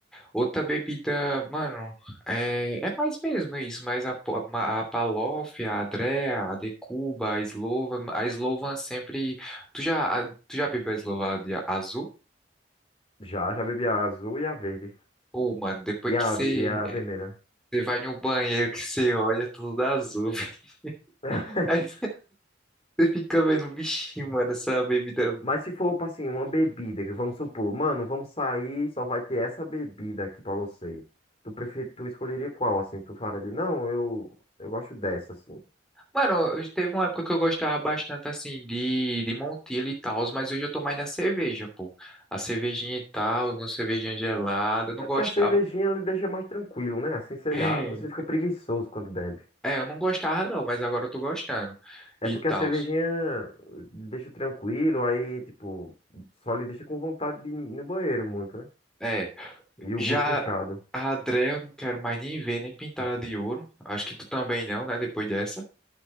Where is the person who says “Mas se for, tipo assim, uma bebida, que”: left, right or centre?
Left